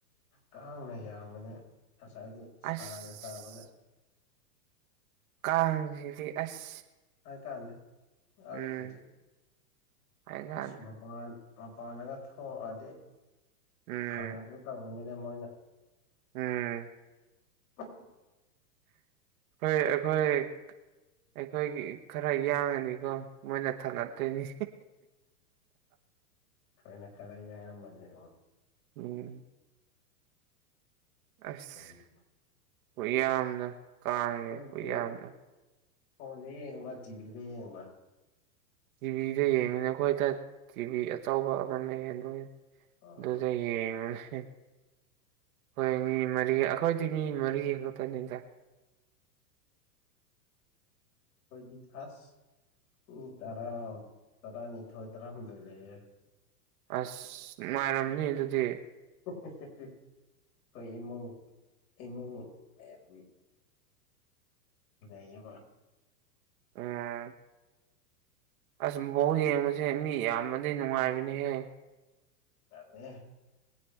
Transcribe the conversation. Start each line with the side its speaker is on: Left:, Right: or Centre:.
Left: ꯀꯥꯡꯅ ꯌꯥꯝꯕꯅꯦ ꯉꯁꯥꯏꯗꯤ
Right: ꯑꯁ
Left: ꯁꯥꯅ ꯁꯥꯕꯅꯦ
Right: ꯀꯥꯡꯁꯤꯗꯤ ꯑꯁ
Left: ꯍꯥꯏ ꯀꯥꯟꯗꯦ ꯀꯥꯡꯁꯤꯗꯤ
Right: ꯎꯝ ꯍꯥꯏꯀꯥꯟꯗ
Left: ꯑꯁ ꯃꯄꯥꯟ ꯃꯄꯥꯟꯗꯒ ꯊꯣꯛꯑꯗꯤ
Right: ꯎꯝ
Left: ꯊꯥꯡꯍꯟꯒꯦ ꯇꯧꯕꯅꯤꯅꯦ ꯃꯣꯏꯅ
Right: ꯎꯝ
Left: <unintelligible>
Right: ꯈꯣꯏ ꯑꯩꯈꯣꯏ ꯑꯩꯈꯣꯏꯒꯤ ꯈꯔ ꯌꯥꯡꯉꯗꯤꯀꯣ ꯃꯣꯏꯅ ꯊꯛꯒꯛꯇꯣꯏꯅꯤ
Left: ꯈꯣꯏꯅ ꯈꯔ ꯌꯥꯡꯉꯝꯃꯗꯤ ꯑꯣ
Right: ꯎꯝ ꯑꯁ
Left: ꯆꯨꯝꯃꯦ
Right: ꯈꯨ ꯌꯥꯝꯗꯣ ꯀꯥꯡꯅꯦ
Left: ꯅꯣꯏꯗꯤ
Right: ꯇꯨꯌꯥꯝꯗꯣ
Left: ꯐꯣꯟꯗ ꯌꯦꯡꯕ꯭ꯔꯥ ꯇꯤꯚꯤꯗ ꯌꯦꯡꯕ꯭ꯔꯥ
Right: ꯇꯤꯚꯤꯗ ꯌꯦꯡꯉꯤꯅ ꯑꯩꯈꯣꯏꯗ ꯇꯤꯚꯤ ꯑꯆꯧꯕ ꯑꯃ ꯂꯩ ꯑꯗꯨ
Left: ꯑꯣ
Right: ꯑꯗꯨꯗ ꯌꯦꯡꯕꯅꯤ ꯑꯩꯈꯣꯏ ꯃꯤ ꯃꯔꯤ ꯑꯩꯈꯣꯏꯗꯤ ꯃꯤ ꯃꯔꯤ ꯈꯛꯇꯅꯤꯗ
Left: ꯑꯩꯈꯣꯏꯒꯤ ꯐꯥꯔꯥꯁ ꯃꯤ ꯇꯔꯥ ꯇꯔꯥꯅꯤꯊꯣꯏ ꯇꯔꯥꯍꯨꯝꯗꯣꯏ ꯂꯩꯌꯦ
Right: ꯑꯁ ꯅꯨꯉꯥꯏꯔꯝꯅꯤ ꯑꯗꯨꯗꯤ
Left: <unintelligible> ꯑꯩꯈꯣꯏ ꯏꯃꯨꯡ ꯏꯃꯨꯡ ꯃꯌꯥꯝ ꯂꯩꯏꯕ
Right: ꯎꯝ ꯑꯁ ꯕꯣꯜ ꯌꯦꯡꯕꯁꯦ ꯃꯤ ꯌꯥꯝꯃꯗꯤ ꯅꯨꯡꯉꯥꯏꯕꯅꯤꯍꯦ
Left: ꯌꯥꯗꯦꯍꯦ